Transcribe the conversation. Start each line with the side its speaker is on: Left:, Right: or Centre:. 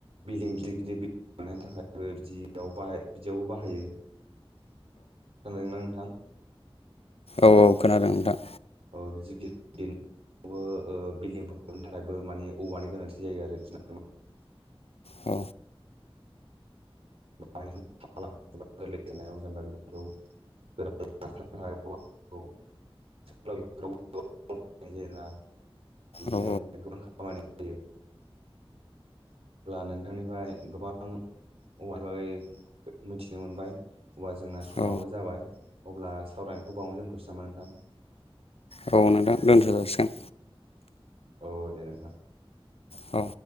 Right: बिल्डिं गिदिर गिदिर बानायनो थाखायबो बिदियाव बाहा बिदियावबो बाहायो खोनादों ना नोंथां
Left: औ औ खोनादों नोंथां
Right: औ बिदि <unintelligible> ओ बिल्डिंफोर लुनो थाखायबो माने औवानि गोनांथि जायो आरोखि ना
Left: औ
Right: <unintelligible> <unintelligible> <unintelligible> ना बिदिनो अनेग गोबां खामानियाव
Left: औ
Right: बाहायो अब्ला नोंथांनिफ्राय गोबां औवानि बागै मिथिनो मोनबाय अब्ला जोंना समाबो
Left: औ
Right: जाबाय अब्ला सावरायनायखौ बावनो दोनथ'सै नामा नोंथां
Left: औ नोंथां दोनथ' जासिगोन
Right: औ दे नोंथां
Left: औ